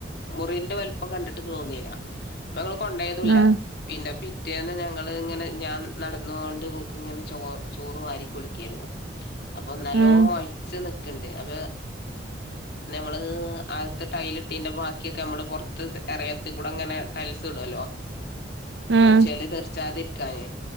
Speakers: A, on the left (about 60°); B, on the right (about 70°).
A: മുറിന്റെ വലപ്പം കണ്ടിട്ട് തോന്നില്ല കൊണ്ടേതുല്ല
B: ആഹ്
A: പിന്നെ പിറ്റേന്ന് ഞങ്ങള് ഇങ്ങനെ ഞാൻ നടന്നൊണ്ട്ക്ക് ഇങ്ങനെ ചോ ചോറ് വാരി കൊടുക്കായിരുന്നു അപ്പൊ നല്ലോ
B: ഉം
A: മൊയച്ച് നിക്കിണ്ട് അപ്പ നമ്മള് ആദ്യത്തെ ടൈലിട്ടീന്റെ ബാക്കിയൊക്കെ നമ്മള് പുറത്ത് ഇറയത്തി കൂടെ അങ്ങനെ ടൈൽ ടൈൽസ് ഇടുവലൂ
B: ഉം
A: ചെളി തീർച്ചാതിരിക്കാന്